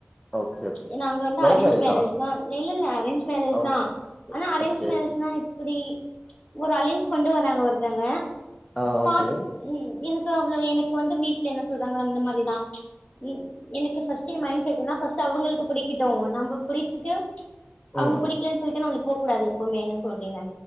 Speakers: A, in the centre; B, on the left (about 30°).
A: ஓகே ஓகே
B: ஏ அங்க வந்து
A: லவ்
B: அரேஞ்ச்
A: மேரேஜா
B: மேரேஜ் தா இல்ல இல்ல அரேஞ்ச் மேரேஜ்
A: லவ்
B: தா ஆனா அரேஞ்ச்
A: ஓகே
B: மேரேஜ்னா எப்படி ஒரு அலைன்ஸ் கொண்டு வராங்க ஒருத்தங்க
A: ஆ ஓகே
B: பாத்து ம் எனக் <unintelligible> சோ அவ்வளவு எனக்கு வந்து வீட்டுல என்ன சொல்றாங்க அந்த மாதிரிதா ம் எனக்கு ஃபர்ஸ்ட மைண்ட் செட்னா ஃபர்ஸ்ட் அவங்களுக்கு பிடிக்கட்டு நம்ம பிடிச்சிட்டு
A: ம்
B: அவுங்க புடிக்கலன்னு சொல்லிட்ட நம்பளுக் போ கூடாது எப்பமே என்ன சொல்றீங்க